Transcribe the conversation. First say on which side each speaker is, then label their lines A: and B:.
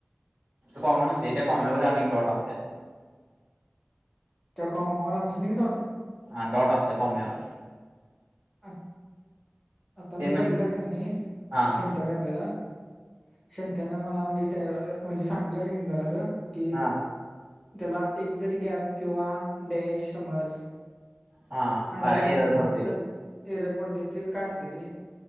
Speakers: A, on the right; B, in the centre.
A: कॉमा नसतोय, त्या कोम्यावर आणि एक डॉट असतीया.
B: त्या कॉमावर अजून एक डॉट?
A: हा, डॉट असतीया कोम्यावर.
B: आत, आता
A: ते
B: मी
A: म्हणजे
B: बघितल्याल कणी
A: हा.
B: शेंत्या कर त्याला शेंत्यान मला म्हणजे त्या म्हणजे सांगितलेलं कीनाही जरासं कि
A: हा
B: त्याला एक जरी गॅप किंवा डॅश समज
A: हा
B: अंडरलाईन
A: हा एरर
B: समज
A: पडते
B: जर एरर पडते ते काय असतय ते